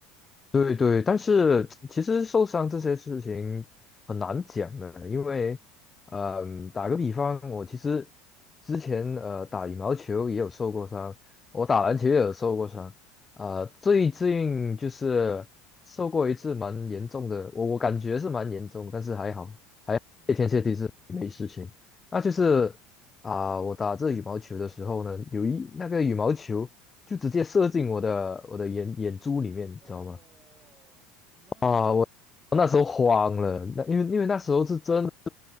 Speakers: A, on the left; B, on the right.
A: 对对，但是其实受伤这些事情很难讲的，因为，嗯、打个比方，我其实之前呃打羽毛球也有受过伤，我打篮球也有受过伤，呃，最近就是受过一次蛮严重的，我我感觉是蛮严重，但是还好，
B: 嗯嗯，
A: 谢天谢地是没事情。那就是啊、我打这羽毛球的时候呢，有一那个羽毛球就直接射进我的我的眼眼珠里面，你知道吗？
B: 哦，那
A: 啊，我那时候慌了，那因为因为那时候是真
B: 那很疼啊。